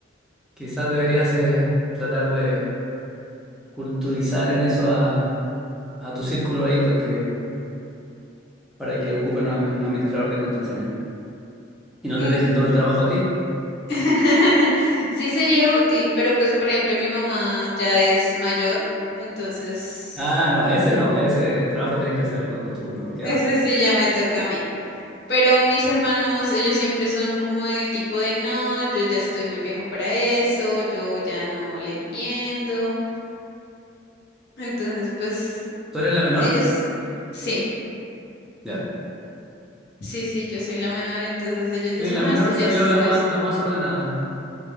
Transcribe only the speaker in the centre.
Quizás deberías eh, tratar de culturizar en eso a, a tu círculo ahí para que, para que ocupen un am- administrador de contraseña. Y no te
dejen todo el trabajo a ti.
Ah, no, ese no, ese trabajo tienes que hacerlo tú, no queda
otra.
¿Tú eres la menor?
Ya.
Y la
menor
salió
la,
ma-
la más ordenada.